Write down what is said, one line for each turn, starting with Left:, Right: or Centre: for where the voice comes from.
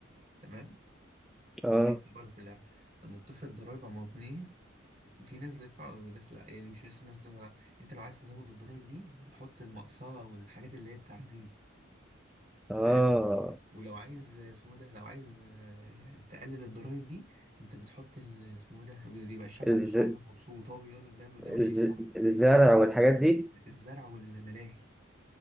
Right: تمام
Centre: اه
Right: دي حته برضه في اللعبه لما بتفرض ضرائب على المواطنين في ناس بتدفع وناس لا يعني مش بس الناس بتدفع لا. انت لو عايز تزود الضرائب دي بتحط المقصله والحاجات اللي هي التعذيب
Centre: اه
Right: فاهم ولو عايز آه، اسمه ده لو عايز آه، تقلل الضرائب دي انت بتحط ال- اسمه ده بيبقى الشعب
Centre: الز...
Right: الشعب مبسوط هو بيقول لك ده ده وش
Centre: الز...
Right: الشعب
Centre: الزرع والحاجات دي
Right: الزرع والملاهي